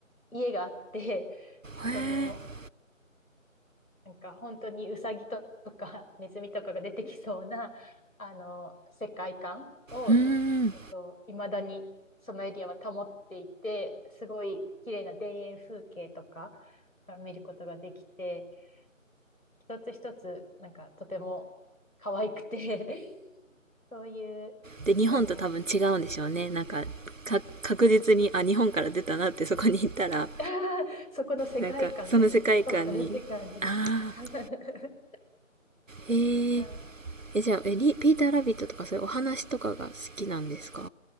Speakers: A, on the left (about 80°); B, on the right (about 70°).
A: 家があって、
B: え
A: その、なんか本当にウサギとかネズミとかが出てきそうな、あの、世界観を、
B: うーん
A: えっと、未だにそのエリアは保っていて、すごい綺麗な田園風景とかが見ることができて、一つ一つ、なんかとても可愛くて <laughs> そういう、
B: で日本と多分違うんでしょうねなんかか確実にあ日本から出たなってそこに行ったら
A: あの <laughs>、そこの世界観に染まるって感じで
B: なんかその世界観にああ
A: <laughs>。
B: へえ
A: はい。
B: えじゃあえリピーター・ラビットとかそういうお話とかが好きなんですか